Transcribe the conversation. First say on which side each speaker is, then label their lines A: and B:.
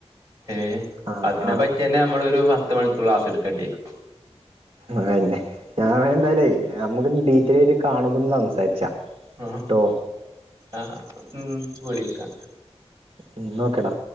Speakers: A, on the right; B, on the right.
A: ഏ
B: ആഹ്
A: അതിനെ
B: ആഹ്
A: പറ്റി പിന്നെ നമ്മ ള്ഒരു പത്ത് മണിക്കൂർ ക്ലാസ് എടുേണ്ടിരും
B: ആ അന്നെ ഞാനെന്നാലെ നമ്മുക്ക്ി ഡീറ്റ യിൽകാണുമ്പോന്ന് സംസാരിച്ചാ
A: ആ
B: ട്ടോ
A: ആ ഉ വിളിക്ക
B: ഉ ഒക്കെടാ